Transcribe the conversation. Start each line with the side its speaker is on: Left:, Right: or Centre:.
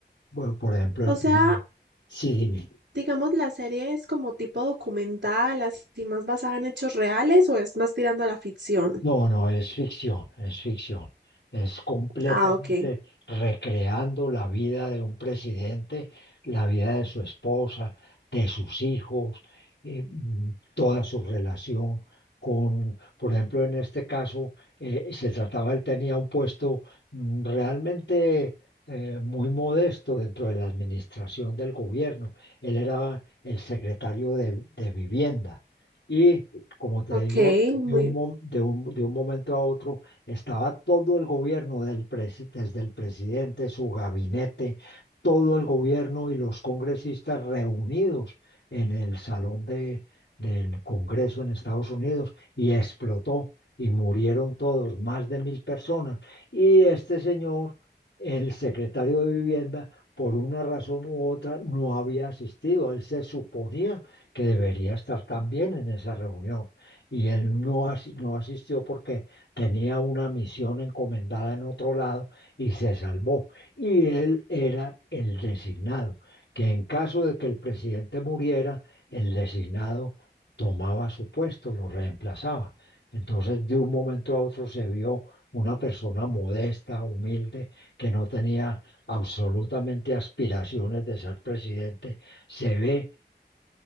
Left: bueno, por ejemplo,
Right: O
Left: el tema.
Right: sea,
Left: Sí, dime.
Right: digamos, la serie es como tipo documental, así más basada en hechos reales o es más tirando a la ficción.
Left: No, no, es ficción, es ficción. Es completamente
Right: Ah, ok.
Left: recreando la vida de un presidente, la vida de su esposa, de sus hijos, eh, mm, toda su relación con, por ejemplo, en este caso, eh, se trataba, él tenía un puesto mm, realmente eh, muy modesto dentro de la administración del gobierno. Él era el secretario de de vivienda. Y como te
Right: Ok,
Left: digo, de
Right: muy,
Left: un, mo- de un, de un momento a otro estaba todo el gobierno, del presi- desde el presidente, su gabinete, todo el gobierno y los congresistas reunidos en el salón de, del Congreso en Estados Unidos y explotó y murieron todos, más de mil personas. Y este señor, el secretario de Vivienda, por una razón u otra, no había asistido. Él se suponía que debería estar también en esa reunión y él no, asi- no asistió porque tenía una misión encomendada en otro lado y se salvó. Y él era el designado, que en caso de que el presidente muriera, el designado tomaba su puesto, lo reemplazaba. Entonces, de un momento a otro se vio una persona modesta, humilde, que no tenía absolutamente aspiraciones de ser presidente, se ve